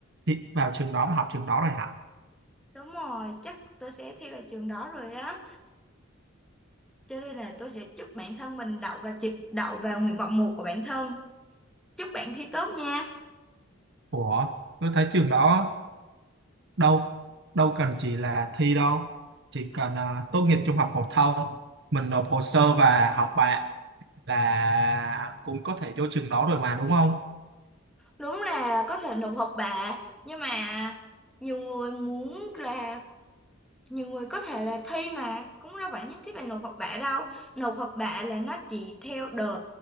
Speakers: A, on the right (about 60°); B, in the centre.
A: thi vào trường đó và học trường đó rồi hả
B: đúng rồi chắc tôi sẽ thi vào trường đó rồi á Cho nên là tôi sẽ chúc bản thân mình đậu và chịch đậu vào nguyện vọng một của bản thân. Chúc bạn thi tốt nha.
A: ủa tôi thấy trường đó đâu đâu cần chỉ là thi đâu chỉ cần à, tốt nghiệp trung học phổ thông mình nộp hồ sơ và học bạ là cũng có thể vô trường đó rồi mà đúng không
B: Đúng là có thể nộp học bạ, nhưng mà nhiều người muốn là nhiều người có thể là thi mà cũng đâu phải nhất thiết phải nộp học bạ đâu. Nộp học bạ là nó chỉ theo đợt,